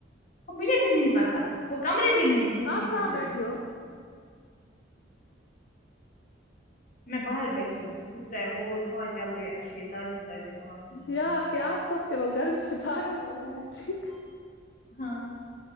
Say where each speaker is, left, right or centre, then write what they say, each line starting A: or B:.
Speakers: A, on the left (about 50°); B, on the left (about 65°).
A: مجھے بھی نہیں پتہ وہ کمرے بھی نہیں کسی
B: آپ
A: بھی
B: کہاں
A: کمرے
B: بیٹھی
A: میں
B: ہو
A: میں باہر بیٹھی ہوں اس ٹائم بہت ہوا چل رہی ہے اچھی تازی تازی ہوا
B: یہاں
A: باہر
B: کے آس پاس کے لوگ گرمی سے پاگل ہورہے ہیں ٹھیک
A: ہاں